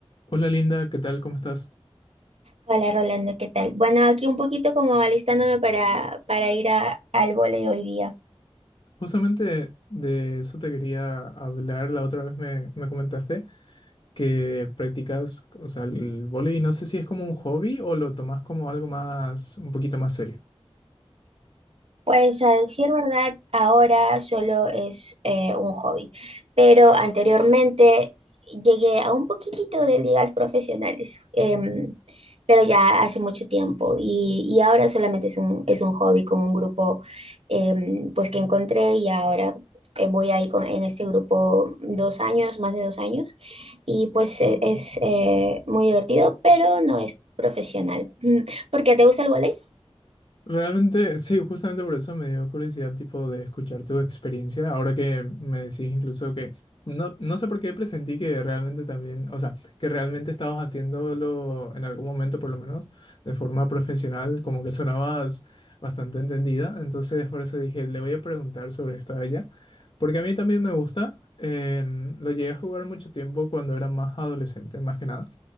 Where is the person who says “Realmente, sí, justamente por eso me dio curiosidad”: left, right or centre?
Left